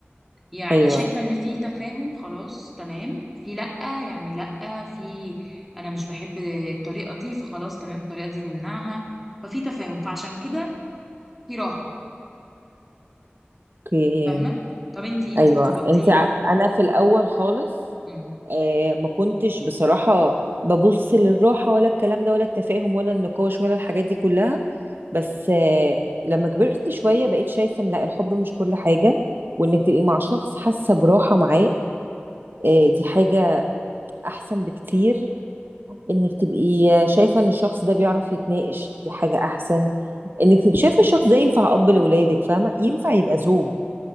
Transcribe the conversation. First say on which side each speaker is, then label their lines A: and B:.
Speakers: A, in the centre; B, on the right (about 60°).
A: يعني
B: ايوه
A: شايفة ان في تفاهم خلاص تمام في لأ يعني لأ في انا مش بحب الطريقة دي فخلاص تمام الطريقة دي نمنعها ففي تفاهم فعشان كده في راحة
B: اوكي
A: فاهمة طب انتي انتي
B: ايوه
A: ارتبطتي
B: انت ع... انا في الاول خالص
A: مم.
B: آه ما كنتش بصراحة ببص للراحة ولا الكلام ده ولا التفاهم ولا النقاش ولا الحاجات دي كلها بس آه، لما كبرت شوية بقيت شايفة ان لا الحب مش كل حاجة وانك تبقي مع شخص حاسة براحة معاه آه، دي حاجة احسن بكتير انك تبقي آه، شايفة ان الشخص ده بيعرف يتناقش دي حاجة احسن انك تبقي شايفة الشخص ده ينفع اب لولادك فاهمة ينفع يبقى زوج